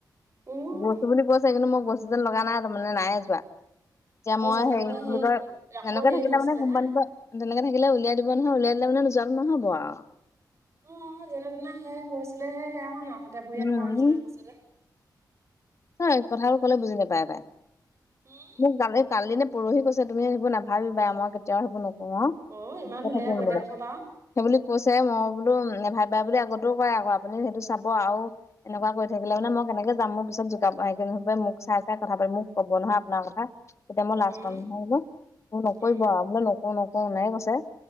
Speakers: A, on the right; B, on the left.
A: উম
B: গৈছো বুলি কৈছে, কিন্তু মই গৈছে যেন লগা নাই, তাৰমানে নাই যোৱা, এতিয়া
A: আকৌ
B: মই
A: যেনে
B: হেৰি
A: তেনে
B: কি
A: সেই
B: বুলি কয়
A: আকৌ
B: এনেকে
A: হেৰি
B: থাকিলে
A: হৈছিলে
B: মানে কোম্পানী
A: হা
B: এনেকে থাকিলে উলিয়াই দিব নহয়, উলিয়াই দিলে মানে যোৱাটো নহ'ব আৰু।
A: অ, যেনেতেনে শেষ হৈছিলেহে, সেয়া হয় ন! হাতে ভৰিয়ে
B: উম,
A: ধৰা নিচিনা হৈছিলে
B: এ, কথাবোৰ ক'লে বুজি নাপায়।
A: উম,
B: মোক কালি কালি নে পৰহি কৈছে তুমি সেইবোৰ নাভাবিবাই, মই কেতিয়াও সেইবোৰ নকৰো আৰু।
A: অ ইমান
B: কথা
A: ধুনীয়াকে
B: কোনে
A: কৈ দিয়াৰ
B: ক'লে?
A: পিছত আৰু
B: সেই বুলি কৈছে, মই বোলো নাভাবিবা বুলি আগতেও কয় আকৌ আপুনি, সেইটো চাব আৰু এনেকুৱা কৰি থাকিলে মানে মই কেনেক যাম, মোৰ পিছত জোকা, মোক চাই-চাই কথা পাতি, মোক ক'ব নহয় আপোনাৰ কথা। তেতিয়া মই লাজ
A: উম
B: পাম নহয়, এইবোৰ নকৰিব
A: উম
B: আৰু বোলে নকৰো-নকৰো এনেকে কৈছে।